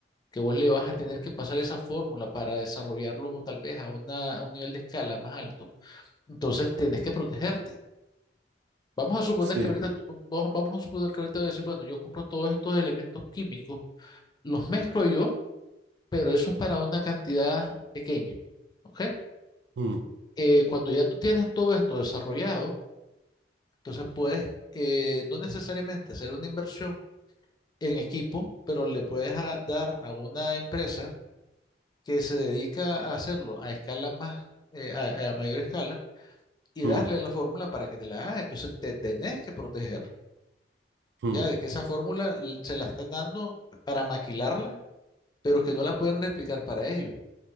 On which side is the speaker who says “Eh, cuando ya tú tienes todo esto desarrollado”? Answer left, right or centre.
Left